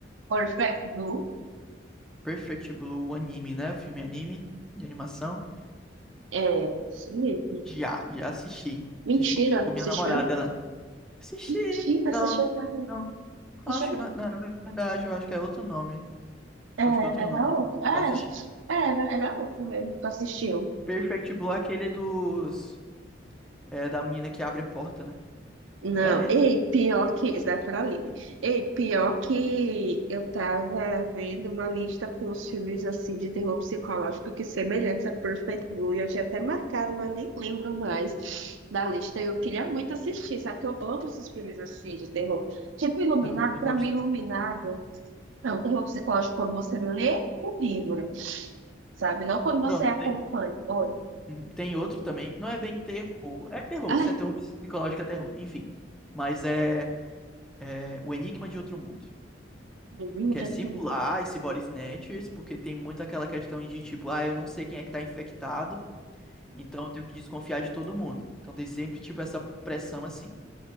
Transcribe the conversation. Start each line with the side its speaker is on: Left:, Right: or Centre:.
Right: Perfect Blue?
Centre: Perfect Blue, o anime, né? O filme anime de animação.
Right: É, isso mesmo.
Centre: Já, já assisti.
Right: Mentira,
Centre: Assisti com minha
Right: assistiu?
Centre: namorada, ela. Assisti.
Right: Mentira,
Centre: Não,
Right: assistiu nada.
Centre: não. Acho
Right: Assistiu
Centre: que
Right: não.
Centre: na, na verdade, eu acho que é outro nome.
Right: É,
Centre: Acho que é outro
Right: era
Centre: nome.
Right: outro. É,
Centre: Eu assisti.
Right: era, era outro mesmo que assistiu.
Centre: Perfect Blue é aquele dos. É, da menina que abre a porta, né?
Right: Não,
Centre: É esse?
Right: ei, pior que. Esse daqui era livre. Ei, pior que eu tava vendo uma lista com os filmes assim de terror psicológico que semelhantes a Perfect Blue. Eu tinha até marcado, mas nem lembro mais da lista. Eu queria muito assistir, sabe? Que eu amo esses filmes assim de terror. Tipo, Iluminado,
Centre: Não, eu também
Right: pra
Centre: gosto.
Right: mim, Iluminado. É um terror psicológico quando você lê o livro, sabe? Não quando você
Centre: Pronto,
Right: acompanha.
Centre: tem.
Right: Olha.
Centre: Uhum, Tem outro também. Não é bem terror. É terror.
Right: Ai,
Centre: Se é terror psicológico, é terror. Enfim. Mas é, é O Enigma de Outro Mundo.
Right: meu Deus,
Centre: Quer
Right: já
Centre: simular
Right: terminou.
Centre: esse body snatchers, porque tem muito aquela questão de tipo, ah, eu não sei quem é que tá infectado, então eu tenho que desconfiar de todo mundo. Então tem sempre tipo essa pressão assim,